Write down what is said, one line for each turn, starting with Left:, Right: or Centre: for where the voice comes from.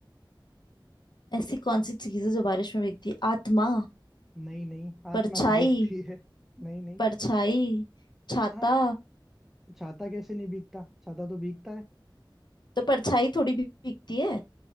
Left: ऐसी कौन सी चीज है जो बारिश में भीगती है आत्मा
Centre: नहीं नहीं आत्मा
Left: परछाई
Centre: तो भीगती है नहीं नहीं
Left: परछाई छाता
Centre: हाँ छाता कैसे नहीं भीगता छाता तो भीगता है
Left: तो परछाई थोड़ी भी भीगती है